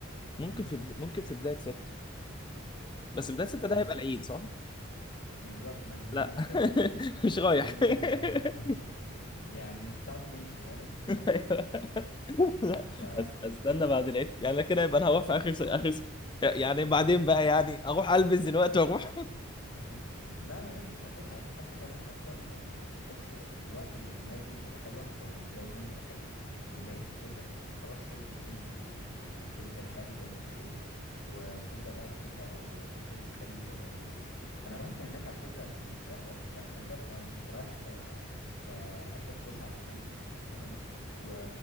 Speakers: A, on the left (about 65°); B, on the left (about 20°).
A: خمسة
B: ممكن في بد...
A: اه
B: ممكن في بدايه ستة بس بدايه ستة
A: آه،
B: ده
A: ممكن
B: هيبقى العيد صح؟
A: بالظبط ما انت
B: لا
A: دي مشكلة
B: <laughs> مش رايح
A: ما دي مشكلة بقى
B: <laughs>
A: <laughs> يعني مش هتعرف تمشي بقى
B: أيوة.
A: <laughs>
B: لا
A: ف
B: أس- استنى بعد العيد يعني لا كده يبقى انا هروح في اخر س... اخر س... يعني بعدين بقى يعني اروح البس دلوقتي
A: <laughs>
B: واروح
A: لا يا عم مش هتلحق حتى كمان اصلا يعني بحس الوقت اللي المايه فيه بتبقى حلوه او الجو هناك بيبقى حلو بدايه الشتاء يعني انت خلاص الصيف بيكون بي بيشد رحاله زي ما بيقولوا وتبدا بقى الشتاء او فصل الخريف زي ما بيقولوا انا رحت هناك على فكره في, ال- في الوقت ده لا كان تحفه يعني كنت رايح في في اخر تسعة كمان تمام و...